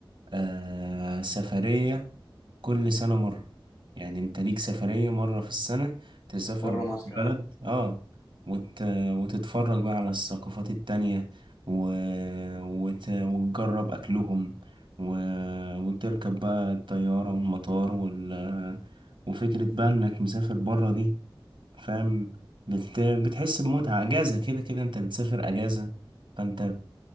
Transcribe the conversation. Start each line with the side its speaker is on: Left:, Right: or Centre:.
Right: آه سفرية كل سنة مرة يعني انت ليك سفرية مرة في السنة تسافر
Left: بره
Right: بره
Left: مصر
Right: البلد
Left: اه
Right: اه وت... وتتفرج بقى على الثقافات التانية و... وت... وتجرب أكلهم و... وتركب بقى الطيارة والمطار وال... وفكرة بقى إنك مسافر بره دي فاهم بت... بتحس بمتعة أجازة كده كده أنت بتسافر أجازة فأنت